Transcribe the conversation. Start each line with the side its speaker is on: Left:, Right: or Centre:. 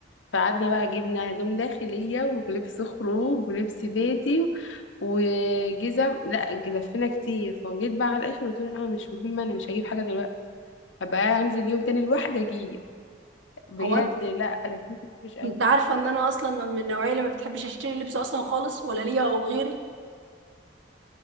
Left: فقعدنا بقى جبنا هدوم داخليه ولبس خروج ولبس بيتي وجزم لا لفينا كتير فجيت بقى على الاخر قلت له لا مش مهم انا مش هجيب حاجه دلوقتي هبقى انزل يوم تاني لوحدي اجيب بجد
Right: هو
Left: لا انا كنت مش قادره
Right: انت عارفة ان انا اصلا من النوعية اللي ما بتحبش اشتري لبس اصلا خالص ولا ليا او غيري